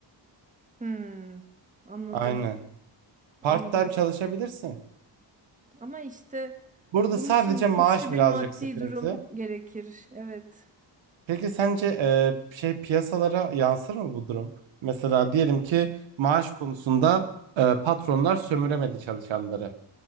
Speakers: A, on the right; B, on the right.
A: Hmm, anladım,
B: Aynen. Part-time
A: anladım.
B: çalışabilirsin.
A: Ama işte
B: Burada
A: bunun
B: sadece
A: için
B: maaş
A: güçlü
B: birazcık
A: bir maddi
B: sıkıntı.
A: durum gerekir. Evet.
B: Peki sence e, şey piyasalara yansır mı bu durum? Mesela diyelim ki maaş konusunda e, patronlar sömüremedi çalışanları.